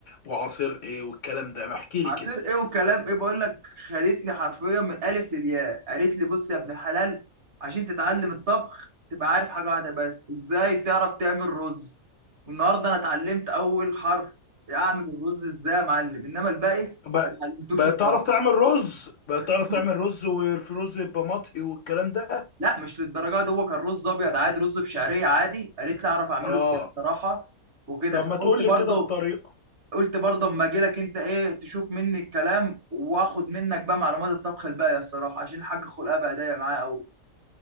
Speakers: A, on the left (about 60°); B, on the right (about 50°).
A: وعصير ايه والكلام ده ما احكي لي
B: عصير
A: كده
B: ايه وكلام ايه بقول لك خدتني حرفيا من الالف للياء قالت لي بص يا ابن الحلال عشان تتعلم الطبخ تبقى عارف حاجه واحده بس ازاي تعرف تعمل رز والنهارده انا اتعلمت اول حرف اعمل الرز ازاي يا معلم انما الباقي
A: بقى
B: ما اتعلمتوش
A: بقى
B: الصراحه
A: تعرف تعمل رز بقى
B: <laughs>
A: تعرف تعمل رز والرز يبقى مطهي والكلام ده
B: لا مش للدرجه دي هو كان رز ابيض عادي رز بشعريه عادي قالت لي اعرف اعمله
A: اه
B: ازاي الصراحه وكده
A: طب
B: فقلت
A: ما تقول
B: برضه
A: لي كده الطريقه
B: قلت برضه اما اجي لك انت ايه تشوف مني الكلام واخد منك بقى معلومات الطبخ الباقيه الصراحه عشان الحاج خلقها بهدايا معايا قوي